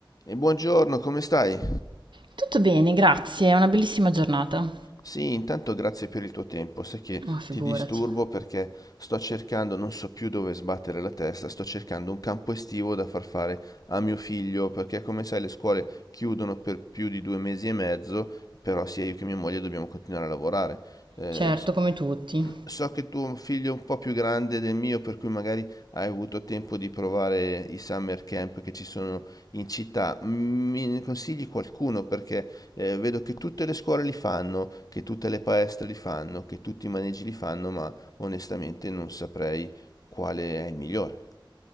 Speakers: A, on the left; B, on the right.
A: E buongiorno, come stai?
B: Tutto bene, grazie, è una bellissima giornata.
A: Sì, intanto grazie per il tuo tempo. Sai che
B: Ma figurati.
A: ti disturbo perché sto cercando, non so più dove sbattere la testa, sto cercando un campo estivo da far fare a mio figlio, perché come sai le scuole chiudono per più di due mesi e mezzo, però sia io che mia moglie dobbiamo continuare a lavorare. Eh,
B: Certo,
A: s-
B: come tutti.
A: so che tuo figlio è un po' più grande del mio, per cui magari hai avuto tempo di provare i summer camp che ci sono in città, Mm, mi consigli qualcuno perché eh, vedo che tutte le scuole li fanno, che tutte le palestre li fanno, che tutti i maneggi li fanno, ma onestamente non saprei quale è il migliore.